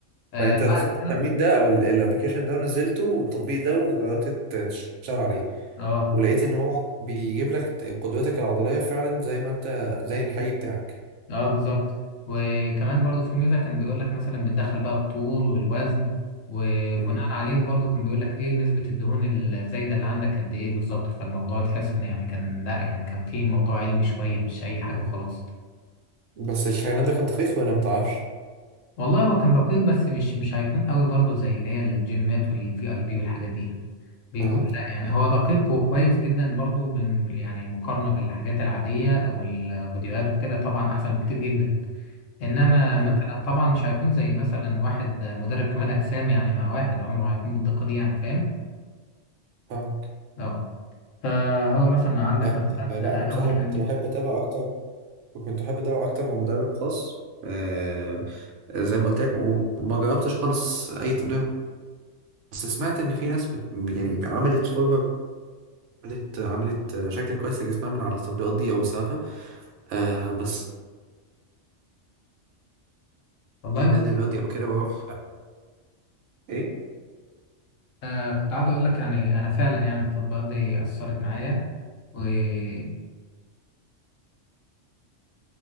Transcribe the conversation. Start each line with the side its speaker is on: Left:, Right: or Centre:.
Left: آه
Right: فانت دخلت
Left: بعد
Right: التمرين
Left: كده-
Right: ده او الابلكيشن ده ونزلته والتطبيق ده وجربت ت- تشتغل عليه
Left: اه
Right: ولقيت ان هو بيجيب لك ت- قدرتك العضليه فعلا زي ما انت زي الحقيقي بتاعك
Left: اه بالظبط وكمان برضو في ميزة كان بيقول لك مثلا بتدخل بقى الطول والوزن وبناء
Right: مم.
Left: عليهم برضو كان بيقول لك ايه نسبة الدهون الزايدة اللي عندك قد ايه بالظبط فالموضوع تحس ان يعني كان لا يعني كان في موضوع علمي شوية مش اي حاجة وخلاص
Right: بس الكلام ده كان دقيق ولا ما تعرفش
Left: والله هو كان دقيق بس مش مش هيكون قوي برضو زي اللي هي الجيمات والفي اي بي والحاجات دي يعني بيكون
Right: فهمت
Left: لا يعني هو دقيق وكويس جدا برضو من يعني مقارنة بالحاجات العادية او الفيديوهات وكده طبعا احسن بكتير جدا انما
Right: امم
Left: مثلا طبعا مش هيكون زي مثلا واحد مدرب كمال اجسام يعني مع واحد عمره ما هيكون بالدقه دي يعني فاهم
Right: فهمت
Left: اه فهو مثلا عندك
Right: آه
Left: مثلا
Right: لا
Left: انا
Right: انا بصراحه
Left: اول
Right: كنت
Left: تمرين
Right: بحب اتابع اكتر وكنت بحب اتابع اكتر من مدرب خاص آه زي ما قلت لك وما جربتش خالص اي تطبيق بس سمعت ان في ناس بت... يعني عملت فورمه عملت عملت شكل كويس لجسمها من على التطبيقات دي او بسببها آه بس
Left: والله
Right: في نادي
Left: بص
Right: رياضي او كده بروح ايه
Left: آه كنت عاوز اقول لك يعني انا فعلا يعني التطبيقات دي اثرت معايا وبس